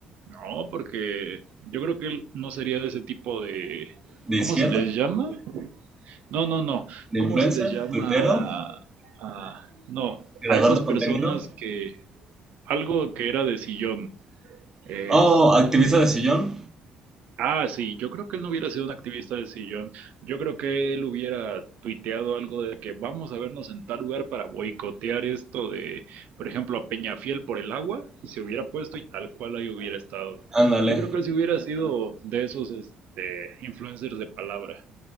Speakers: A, on the right; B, on the right.
A: no, porque yo creo que él no sería de ese tipo de,
B: de izquierda?
A: ¿cómo se les llama? No, no, no.
B: ¿De
A: ¿Cómo
B: influencer?
A: se les llama?
B: ¿Tuitero?
A: a- no,
B: ¿Creador
A: a esas
B: de
A: personas
B: contenido?
A: que algo que era de sillón. Este,
B: Oh, activista de sillón.
A: ah, sí, yo creo que él no hubiera sido un activista de sillón. Yo creo que él hubiera tuiteado algo de que vamos a vernos en tal lugar para boicotear esto de, por ejemplo, a Peñafiel por el agua, se hubiera puesto y tal cual ahí hubiera estado.
B: Ándale.
A: Yo creo que él sí hubiera sido de esos, este, influencers de palabra.